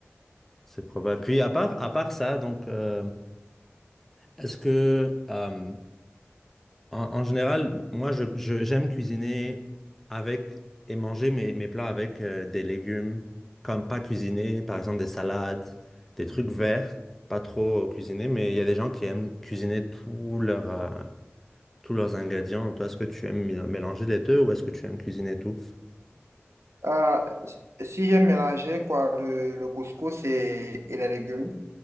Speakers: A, in the centre; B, on the right.
A: C'est probable. Puis à part, à part ça, donc, euh, est-ce que euh, En, en général, moi, je, je- j'aime cuisiner avec et manger mes, mes plats avec euh, des légumes, comme pas cuisiner, par exemple des salades, des trucs verts, pas trop cuisinés, mais il y a des gens qui aiment cuisiner tous leurs, euh, tous leurs ingrédients. Toi, est-ce que tu aimes mél- mélanger les deux ou est-ce que tu aimes cuisiner tout?
B: Ah, si j'ai mélangé quoi, le, le couscous et, et les légumes.